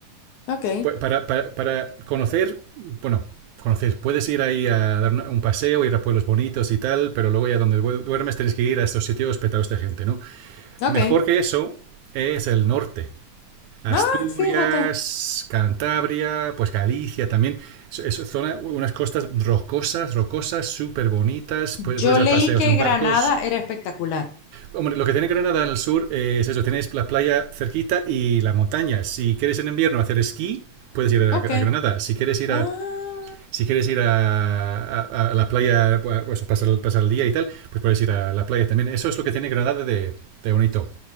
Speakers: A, on the left; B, on the right.
A: ok,
B: Para, para, para conocer, bueno, conocer. Puedes ir ahí a dar un paseo, ir a pueblos bonitos y tal, pero luego ya donde duermes tienes que ir a estos sitios petados de gente, ¿no?
A: ok.
B: Mejor que eso es el norte. Asturias,
A: Ah, fíjate.
B: Cantabria, pues Galicia también. Es, zona, unas costas rocosas, rocosas, súper bonitas. Puedes,
A: Yo
B: puedes, dar
A: leí
B: paseos
A: que
B: en
A: Granada
B: barcos
A: era espectacular.
B: Hombre, lo que tiene Granada al sur eh, es eso, tienes la playa cerquita y la montaña. Si quieres en invierno hacer esquí, puedes ir a,
A: Ok.
B: a Granada. Si quieres ir
A: Ah,
B: a si quieres ir a, a, a la playa, pues, pues, pasar, pasar, el día y tal, pues puedes ir a la playa también. Eso es lo que tiene Granada de, de bonito